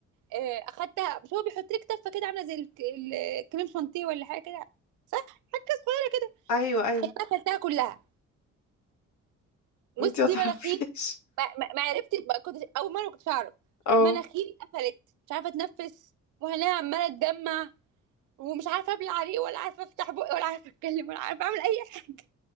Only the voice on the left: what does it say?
ايوه ايوه
انتي ما تعرفيش
اه